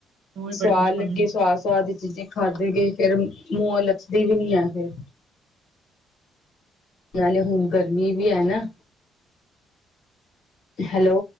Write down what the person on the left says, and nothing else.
ਸਆਦ
ਲੱਗੀ
ਸਵਾਦ ਸਵਾਦ ਚ ਖਾਦੇ ਗਏ ਫੇਰ ਮੂੰਹੋ ਲੱਥਦੀ ਵੀ ਨੀ ਐ ਫੇਰ। ਨਾਲੇ ਹੁਣ ਗਰਮੀ ਵੀ ਐ ਨਾ। ਹੈਲੋ,